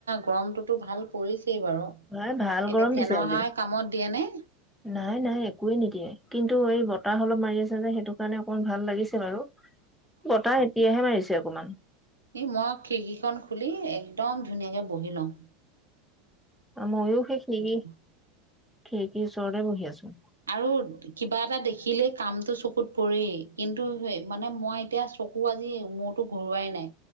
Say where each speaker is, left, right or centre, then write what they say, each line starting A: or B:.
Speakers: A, on the right; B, in the centre.
A: গৰমটোতো ভাল পৰিছে বাৰু
B: নাই ভাল গৰম
A: এনে ফেনৰ
B: দিছে আজি।
A: হাৱাই কামত দিয়ে নে।
B: নাই নাই একোৱে নিদিয়ে কিন্তু এই বতাহ অলপ মাৰি আছে যে সেইটো কাৰণে অকণমান ভাল লাগিছে বাৰু বতাহ এতিয়াহে মাৰিছে অকণমান-
A: ই মই খিৰিকীখন খুলি একদম ধুনীয়াকে বহি লম
B: মইও সেই খিকি
A: পাওঁ।
B: খিৰিকিৰ ওচৰতে বহি আছো।
A: আৰু কিবা এটা দেখিলেই কামটো চকুত পৰি কিন্তু স মানে মই এতিয়া। চকু আজি মূৰতো ঘৰোৱাই নাই